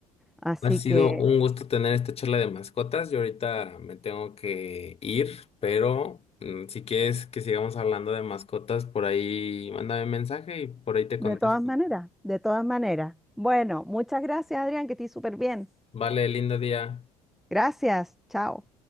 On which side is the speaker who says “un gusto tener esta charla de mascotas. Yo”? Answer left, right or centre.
Left